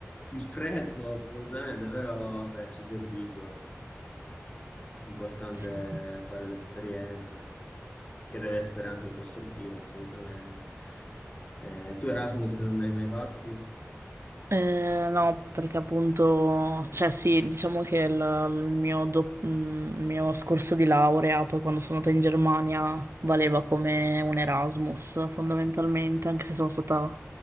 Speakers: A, on the left; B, on the right.
A: il freddo assolutamente, però vabbè, ci si abitua. Importante
B: Sì, sì.
A: è fare l'esperienza, che deve essere anche costruttiva, assolutamente. Eh, tu Erasmus non ne hai mai fatti?
B: Eh, no, perché appunto, cioè sì, diciamo che il, il mio, dop- mm, il mio scorso di laurea, poi quando sono andata in Germania, valeva come un Erasmus fondamentalmente, anche se sono stata